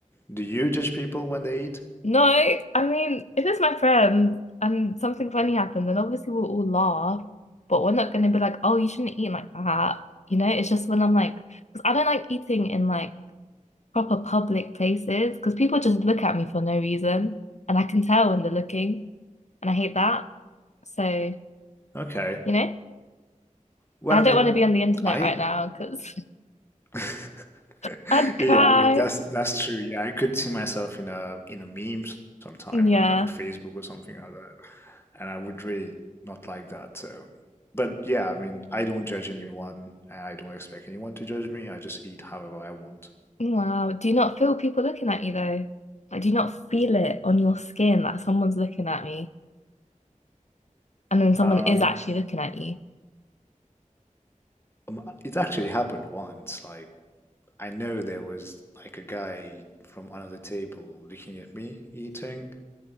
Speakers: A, on the left; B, on the left.
A: do you judge people when they eat?
B: No, I mean, if it's my friend and something funny happens, then obviously we'll all laugh, but we're not going to be like, oh, you shouldn't eat like that. You know, it's just when I'm like, because I don't like eating in like proper public places because people just look at me for no reason and I can tell when they're looking and I hate that. So,
A: Okay.
B: you know,
A: Well,
B: I
A: I
B: don't
A: mean,
B: want to be on the internet
A: I
B: right now because
A: <laughs>
B: <laughs> I'd cry.
A: Yeah, I mean that's that's true. Yeah, I could see myself in a in a meme sometime
B: Yeah.
A: on on Facebook or something like that, and I would really not like that. So, but yeah, I mean, I don't judge anyone, and I don't expect anyone to judge me. I just eat however I want.
B: Wow. Do you not feel people looking at you though? Like, do you not feel it on your skin that someone's looking at me and then someone
A: Um,
B: is actually looking at you?
A: um, it actually happened once. Like I know there was like a guy from another table looking at me eating,